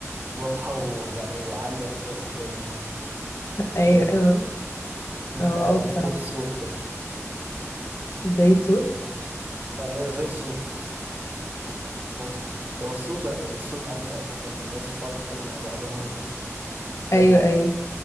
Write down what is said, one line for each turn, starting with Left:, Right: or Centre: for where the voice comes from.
Right: واضحة ويعني وعالية كده قدامي و- وشايفها
Left: أيوه أيوه
Right: مم.
Left: اه آه،
Right: بقى إيه،
Left: بصراحة
Right: زي الصوت كده
Left: زي الصوت
Right: ايوه زي الصوت بس لو الصوت الصوت عارفة لما الناس تقعد تتكلم مع بعضها دايما
Left: أيوه أيوه